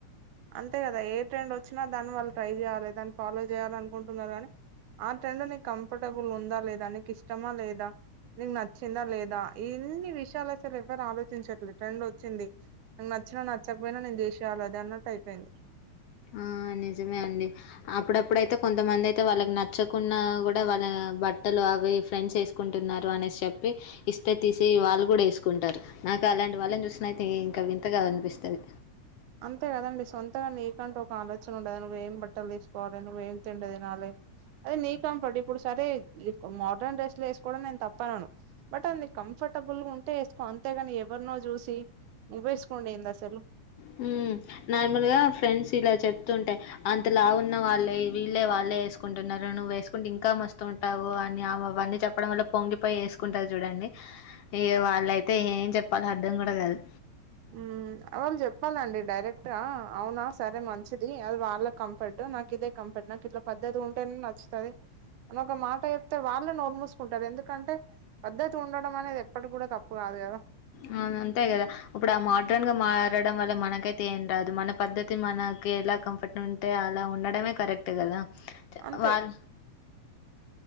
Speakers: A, on the right; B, on the left.
A: అంతే కదా ఏ ట్రెండ్ వచ్చినా దాన్ని వాళ్ళు ట్రై చేయాలే దాన్ని ఫాలో చేయాలనుకుంటున్నారు కానీ ఆ ట్రెండ్ నీక్ కంఫర్టబుల్ ఉందా లేదా నీకిష్టమా లేదా నీక్ నచ్చిందా లేదా ఇన్ని విషయాలైతే వీళ్ళేవ్వర్ రాలోచించట్లే ట్రెండ్ వచ్చింది నచ్చిన నచ్చక్ పోయినా నేన్ చేసేయాలది అన్నట్టైపోయింది
B: ఆ నిజమే అండి అప్పుడప్పుడయితే కొంతమందయితే వాళ్ళక్ నచ్చకున్న కూడా వాళ్ళ బట్టలు అవి ఫ్రెండ్స్ వేస్ కుంటున్నారు అనేస్ చెప్పి ఇస్తే తీసి వాళ్ళు కూడా ఏస్ కుంటారు నాకలాంటి వాళ్ళన్ చూసినయితే ఇంకా వింతగా అనిపిస్తది
A: అంతే కదండి సొంతగా నీకంటూ ఒక ఆలోచనుండదా నువ్వు ఏం బట్టల్ వే స్ కోవాలే నువ్వు ఏం తిండి తినాలే అది నీ కంఫర్ట్ ఇప్పుడు సరే మోడ్రన్ డ్రెస్లు వేస్ కోడం నేన్ తప్పనను బట్ అది నిక్ కంఫర్టబుల్ గుంటే ఏస్కో అంతేగాని ఎవర్ నో చూసి నువ్వేస్కోనుడెందసలు
B: హ్మ్ నార్మల్ గా ఫ్రెండ్స్ ఇలా చెప్తుంటాయి అంత లాఉన్న వాళ్ళే వీళ్ళే వాళ్ళే ఏస్కుంటున్నారు నువ్వేస్కుంటే ఇంకా మస్తుం టావు అని అవ్ అవన్నీ చెప్పడం వల్ల పొంగిపోయేస్కుంటారు చూడండి ఇగ వాళ్ళయితే ఏం చెప్పలో అర్ధం కూడా కాదు
A: హ్మ్ వాళ్ళు చెప్పాలండి డైరెక్ట్గా అవునా సరే మంచిది అది వాళ్ళ కంఫర్ట్ నాకిదే కంఫర్ట్ నాకిట్లా పద్ధతి గుంటేనే నచ్చుతది అనొక మాట చెప్తే వాల్లే నోర్ మూస్కుంటారు ఎందుకంటే పద్ధతుండడం అనేదేప్పటి కూడా తప్పు కాదు కదా
B: అవు నంతే కదా ఇప్పుడు ఆ మాడ్రన్గా మారడం వల్ల మనకే తేన్ రాదు మన పద్ధతి మనకి ఎలా కంఫర్ట్ ఉంటే అలా ఉండడమే కరెక్ట్ కదా
A: అంతే
B: వాళ్